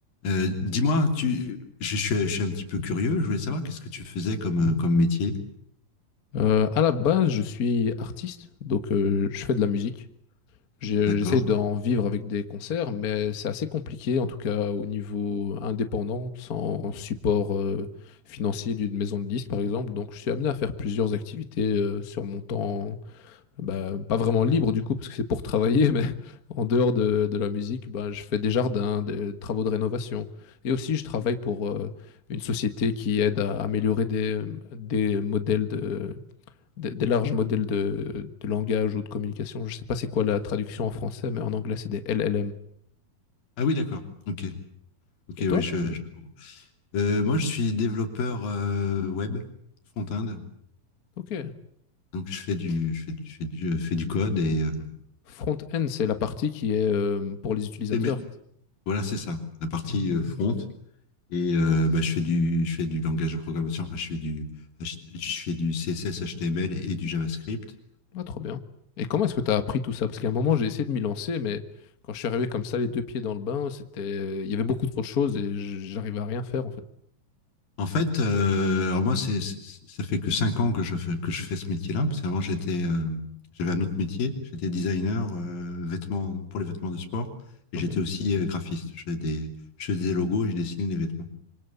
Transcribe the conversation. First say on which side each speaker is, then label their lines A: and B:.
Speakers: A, on the left (about 80°); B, on the left (about 45°).
A: Euh, dis-moi, tu, je, je suis, je suis un petit peu curieux. Je voulais savoir qu'est-ce que tu faisais comme, euh, comme métier.
B: Euh, à la base, je suis artiste, donc euh, je fais de la musique. J'ai-
A: D'accord.
B: J'essaye d'en vivre avec des concerts, mais c'est assez compliqué, en tout cas au niveau indépendant, sans support euh, financier d'une maison de disques, par exemple. Donc, je suis amené à faire plusieurs activités euh, sur mon temps, bah, pas vraiment libre du coup, parce que c'est pour travailler, <laughs> mais en dehors de, de la musique, bah, je fais des jardins, des travaux de rénovation. Et aussi, je travaille pour euh, une société qui aide à améliorer des, des modèles de des, des larges modèles de, de, langage ou de communication. Je ne sais pas c'est quoi la traduction en français, mais en anglais, c'est des LLM.
A: Ah oui, d'accord. Ok. Ok,
B: Et
A: oui,
B: toi
A: je, je- comprends. Euh, moi, je suis développeur euh, web front-end.
B: Ok.
A: Donc, je fais du, je fais, je fais du, je fais du code et, euh,
B: Front-end, c'est la partie qui est euh, pour les utilisateurs.
A: et mais- voilà, c'est ça, la partie euh, front. Et euh, bah, je fais du, je fais du langage de programmation. Enfin, je fais du, H- je fais du CSS, HTML et du JavaScript.
B: Ah, trop bien. Et comment est-ce que tu as appris tout ça? Parce qu'à un moment, j'ai essayé de m'y lancer, mais quand je suis arrivé comme ça, les deux pieds dans le bain, c'était... il y avait beaucoup trop de choses et j- j'arrivais à rien faire, en fait.
A: En fait, euh, alors moi, c'est, c'est- ça fait que cinq ans que je fais, que je fais ce métier-là, parce qu'avant, j'étais, euh, j'avais un autre métier. J'étais designer euh, vêtements, pour les vêtements de sport, et
B: Ok.
A: j'étais aussi euh, graphiste. Je faisais des, je faisais des logos et je dessinais des vêtements.